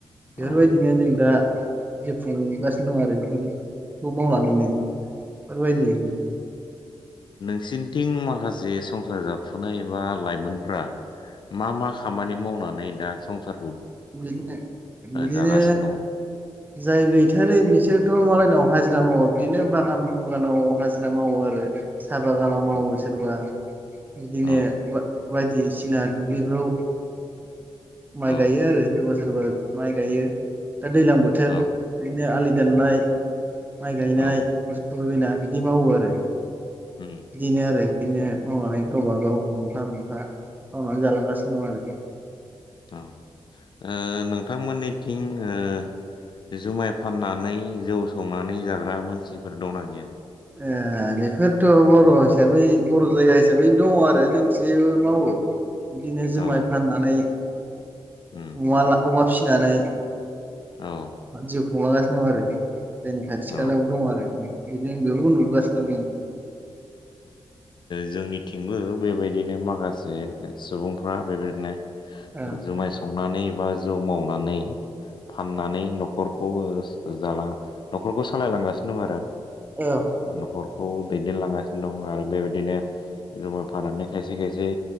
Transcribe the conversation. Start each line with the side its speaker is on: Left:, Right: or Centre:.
Left: औ
Right: बेफोरबायदिनो जों दा जाफुंगासिनो दं आरो बेखौ बे मावनानैनो फोरबायायदि
Left: उम। <unintelligible> माखासे संसार जााबफुनाय बा लाइमोनफ्रा मा-मा खामानि मावनानै दा संसार
Right: बिदिनो बिदिनो
Left: जागासिनो
Right: जाय गैथारै बे बिसोरथ' मालायनाव हाजिरा मावो बिदिनो बागान बुगानाव हाजिरा मावो आरो साहा बागानाव मावो
Left: दङ
Right: सोरबा बिदिनो
Left: औ
Right: बायदिसिना दुब्लिफ्राव माइ
Left: औ
Right: गायो आरो सोरबा सोरबा माइ गायो दा दैलां बोथोर
Left: औ
Right: बिदिनो आलि दाननाय
Left: औ
Right: माइ गायनाय
Left: औ
Right: सौफैबायना बिदि मावो आरो
Left: उम,
Right: बिदिनो आरो बिदिनो मावनानै गावबा गाव मोनफा मोनफा मावनानै जालांगासिनो दं आरो
Left: औ नोंथांमोननिथिं ओ जुमाय फाननानै जौ संनानै जाग्रा मानसिफोर दंना गैया
Right: ए बेफोरथ' बर' हिसाबै बर' जायगा हिसाबै दङ आरो जोंनिथिंबो मावो बिदिनो जुमाय
Left: औ
Right: फाननानै
Left: उम
Right: अमा अमा फिसिनानै
Left: औ
Right: जिउ खुंलांगासिनो दं आरो जोंनि खाथि खालायावबो
Left: औ
Right: दङ आरो बिदि बिखौ
Left: उम
Right: नुबोगासिनो
Left: जोंनिथिंबो बेबायदि बिदिनो माखासे सुबुंफ्रा बेबायदिनो
Right: जों
Left: जुमाय संनानै बा जौ मावनानै फाननानै न'खरखौ जाला न'खरखौ सालायलांगासिनो दं आरो,
Right: औ
Left: न'खरखौ दैदेनलांगासिनो दं आरो बेबायदिनो जुमाय फाननानै खायसे-खायसे